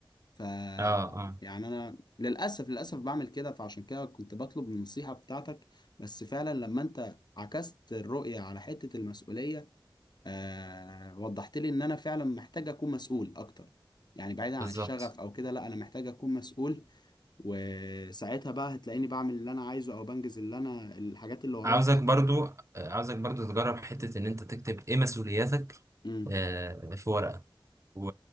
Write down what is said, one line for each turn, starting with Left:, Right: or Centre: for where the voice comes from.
Left: ف
Right: اه اه
Left: يعني انا للاسف للاسف بعمل كده فعشان كده كنت بطلب النصيحه بتاعتك بس فعلا لما انت عكست الرؤيه على حته المسؤوليه آه وضحت لي ان انا فعلا محتاج اكون مسؤول اكتر يعني بعيدا عن
Right: بالظبط
Left: الشغف او كده لا انا محتاج اكون مسؤول وساعتها بقى هتلاقيني بعمل اللي انا عايزه او بنجز اللي انا الحاجات اللي ورايا
Right: عاوزك
Left: حتى
Right: برضو آه، عاوزك برضو تجرب حتة ان انت تكتب ايه مسؤولياتك
Left: امم
Right: آه، في ورقة و...